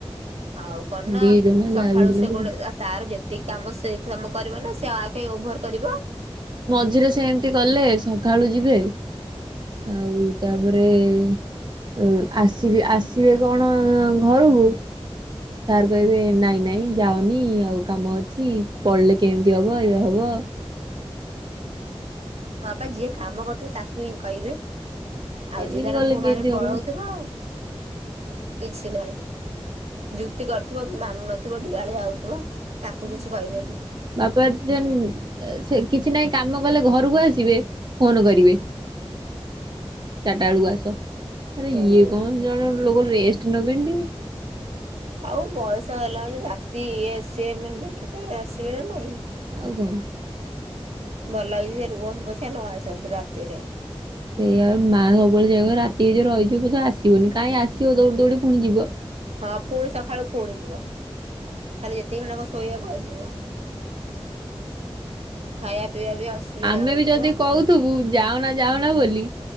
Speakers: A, on the right; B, on the right.
A: ଆଉ କଣ ନା
B: ଦି ଜଣ
A: ସକାଳୁ
B: ଯାହା ବି ହେଲେ
A: ସେ
B: ବି
A: ଗୋଟେ। ତାର ଯେତିକି ଆମ ସେ ହି କାମ କରିବ ନା ସେ ଆଉ କାହିଁ ଓଭର କରିବ।
B: ମଝିରେ ସେମତି କଲେ ସଖାଳୁ ଯିବେ। ଆଉ ତାପରେ ଯୋଉ ଆସି। ଯିବେ ଆସିବେ କଣ ଘରକୁ। ସାର୍ କହିବେ ନାଇଁ ନାଇଁ ଯାଅନି ଆଉ କାମ ଅଛି ପଳେଇଲେ କେମିତି ହେବ ଇଏ ହବ।
A: ହଁ ବା ଯିଏ କାମ କରୁଥିବ ତାକୁ ହିଁ କହିବେ। ଆଉ
B: ଏମିତି
A: ଯିଏ ତାର
B: କଲେ
A: ମୁହଁ
B: କେମିତି
A: ଭାରି ପଳଉଥିବ
B: ହବ
A: କିଛି ନହିଁ। ଯୁକ୍ତି କରୁଥିବ ମାନୁ ନଥିବ ଡିିଆଳିଆ ହଉଥିବ ତାକୁ କିଛି କହିବେନି।
B: ବାପା ସେ ନ୍ ସେ କିଛି ନାହିଁ କାମ କଲେ ଘରକୁ ଆସିବେ। ଫୋନ କରିବେ ଚାରିଟା ବେଳକୁ ଆସ ଆରେ
A: ହୁଁ
B: ଇଏ କଣ। ଜଣେ ଗୋଟେ ଲୋକ ରେଷ୍ଟ ନବେନି ଟିକେ।
A: ଆଉ ବୟସ ହେଲା ରାତି ଇଏ ସିଏ ମାନେ ଦେଖି‌ ଚାହିଁ ଆସିବେ ନା ନାଇଁ।
B: ଆଉ କଁ।
A: ଭଲ ହେଇଛି ସେ ରୁହନ୍ତୁ ପଛ ନ ଆସନ୍ତୁ ରାତିରେ।
B: ସେଇଆ ବା ମା ସବୁବେଳେ ସେଇଆ କୁଏ ରାତି ହେଇଯିବ ରହିଯିବ ପଛେ ଆସିବନି କାହିଁ ଆସିବ ଦୌଡି ଦୌଡି ପୁଣି ଯିବ।
A: ହଁ ଫୁଣି ସକାଳୁ ଫୁଣି ଯିବ ଖାଲି ଯେତିକି ଘଣ୍ଡା କଁ ଶୋଇବାକୁ ଆସିବ। ଖାଇବା ପିଇବା ବି ଅସୁବିଧା
B: ଆମେ
A: ହଉଥିବ।
B: ବି ଯଦି କହୁଥିବୁ ଯାଉନା ଯାଉନା ବୋଲି।